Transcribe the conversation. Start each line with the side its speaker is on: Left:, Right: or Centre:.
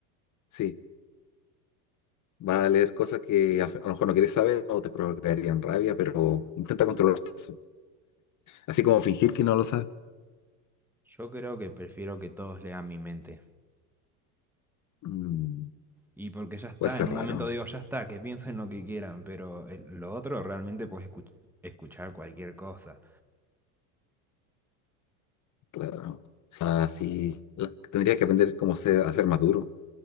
Left: Sí. Vas a leer cosas que a, a lo mejor no quieres saber o te provocarían rabia, pero intenta controlar eso. Así como fingir que no lo sabes.
Centre: Yo creo que prefiero que todos lean mi mente.
Left: Mm,
Centre: Y porque ya está,
Left: puede ser
Centre: en un
Left: raro,
Centre: momento digo, ya está, que piensen lo que quieran, pero el- lo otro realmente puedes escuch- escuchar cualquier cosa.
Left: claro. O sea, sí, la- tendrías que aprender cómo ser, a ser más duro